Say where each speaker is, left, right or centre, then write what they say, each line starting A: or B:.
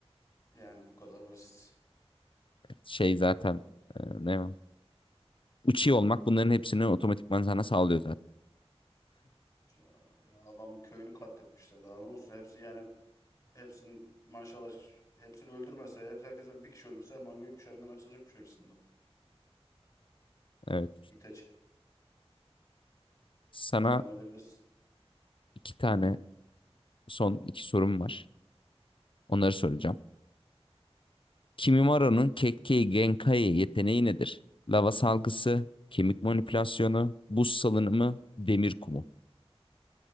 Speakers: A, on the left; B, on the left.
A: Yani bu kadar basit.
B: Şey zaten e, ne var? Uchi olmak bunların hepsini otomatikman sana sağlıyor zaten.
A: C. Ya adamın köyünü katletmişler. Daha ne olsun? Hepsi yani hepsinin maşallah hepsini öldürmese, hep herkesten bir kişi öldürse manga Sharingan açılacakmış hepsinde.
B: Evet,
A: Itachi.
B: sana
A: Devam edebilirsin.
B: iki tane son iki sorum var. Onları
A: Tabii.
B: soracağım. Kimimaro'nun Kekkei Genkai yeteneği nedir? Lava salgısı, kemik manipülasyonu, buz salınımı, demir kumu.